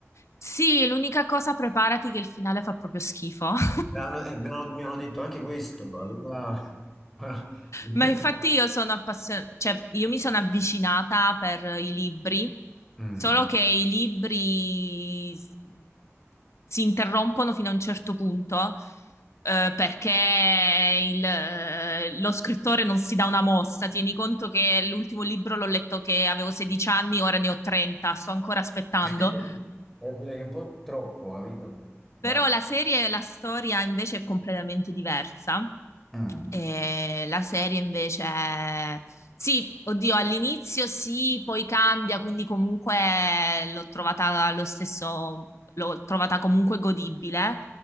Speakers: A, on the left; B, in the centre.
A: Sì, l'unica cosa preparati che il finale fa proprio schifo. <laughs>
B: Me l'hanno- eh, me l'hanno- mi hanno detto anche questo, allora... <laughs>
A: Ma infatti io sono appassionata, cioè io mi sono avvicinata per i libri,
B: Mm.
A: solo che i libri s- si interrompono fino a un certo punto, eh, perché il, eh, lo scrittore non si dà una mossa. Tieni conto che l'ultimo libro l'ho letto che avevo 16 anni, ora ne ho 30, sto ancora aspettando.
B: <laughs> Devo dire che è un po' troppo, capito? Ma...
A: Però la serie, la storia invece è completamente diversa.
B: Mm.
A: Eh, la serie invece è... Sì, oddio, all'inizio sì, poi cambia, quindi comunque l'ho trovata lo stesso, l'ho trovata comunque godibile.